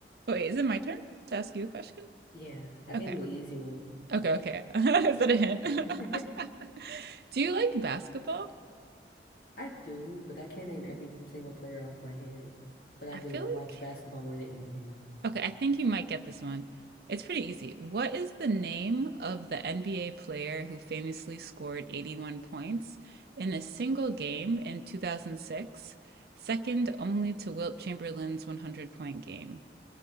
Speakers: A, on the right (about 55°); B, on the left (about 55°).
A: Wait, is it my turn to ask you a question?
B: Yeah, I
A: Okay.
B: gave you an easy one.
A: Okay, okay. <laughs> Is that a hint?
B: <laughs>
A: <laughs> Do you like basketball?
B: I do, but I can't name every single player off my head. But I
A: I feel
B: do. I
A: like
B: watch basketball more than anything.
A: Okay, I think you might get this one. It's pretty easy. What is the name of the NBA player who famously scored 81 points in a single game in 2006, second only to Wilt Chamberlain's 100 point game?